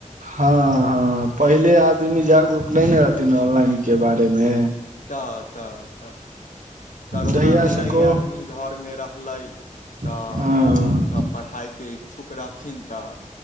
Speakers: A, on the right; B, on the left.
A: हँ हँ पहिले आदमी जागरूक नहि न रहथिन ऑनलाइनके बारेमे।
B: तऽ- तऽ- तऽ। करोना
A: जहिया
B: भेलै
A: से को
B: आदमी घरमे रहलै तऽ।
A: हँ
B: सब पढ़ाई के इच्छुक रहथिन तऽ